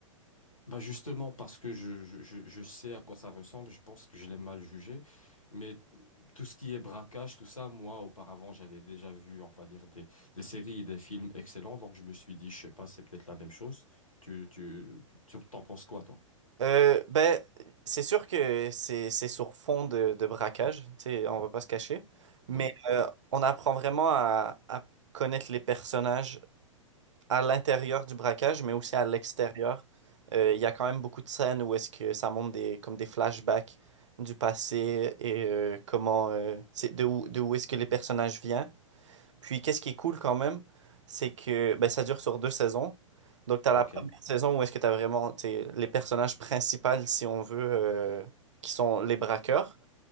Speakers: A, on the left; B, on the right.
A: Bah justement, parce que je, je, je je sais à quoi ça ressemble, je pense que je l'ai mal jugé. Mais tout ce qui est braquage, tout ça, moi, auparavant, j'avais déjà vu, on va dire, des, des séries et des films excellents. Donc, je me suis dit, je sais pas, c'est peut-être la même chose. Tu, tu, tu t'en penses quoi, toi?
B: Euh, ben, c'est sûr que c'est c'est sur fond de, de braquage, tu sais, on va pas se cacher, mais
A: Oui.
B: euh, on apprend vraiment à, à connaître les personnages à l'intérieur du braquage, mais aussi à l'extérieur. Euh, Il y a quand même beaucoup de scènes où est-ce que ça montre des, comme des flashbacks du passé et euh, comment, euh, c'est de où, de où est-ce que les personnages viennent. Puis, qu'est-ce qui est cool quand même, c'est que ben, ça dure sur deux saisons. Donc, tu as
A: Ok.
B: la première saison où est-ce que tu as vraiment t'sais, les personnages principaux, si on veut, euh, qui sont les braqueurs.